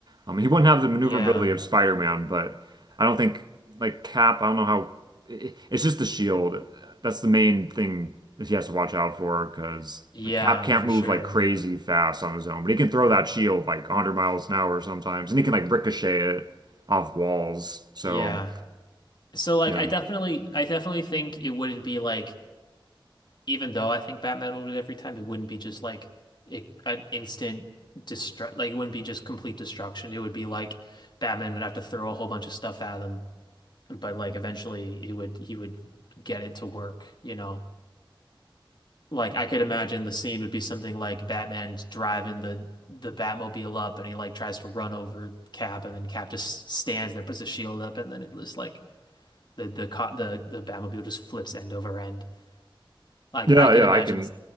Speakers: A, on the right; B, on the left.
A: Um, he wouldn't have the maneuverability
B: Yeah.
A: of Spider-Man, but I don't think like Cap, I don't know how it, it's just the shield. That's the main thing that he has to watch out for because
B: Yeah,
A: like Cap can't
B: for
A: move
B: sure.
A: like crazy fast on his own, but he can throw that shield like 100 miles an hour sometimes, and he can like ricochet it off walls. So,
B: Yeah. So like
A: you
B: I
A: know.
B: definitely I definitely think it wouldn't be like even though I think Batman would every time, it wouldn't be just like it, an instant destruct. Like it wouldn't be just complete destruction. It would be like Batman would have to throw a whole bunch of stuff at him, but like eventually he would he would get it to work. You know, like I could imagine the scene would be something like Batman's driving the the Batmobile up, and he like tries to run over Cap, and then Cap just stands there, puts a shield up, and then it just like the the the the Batmobile just flips end over end. Like
A: Yeah,
B: I could
A: yeah,
B: imagine,
A: I can.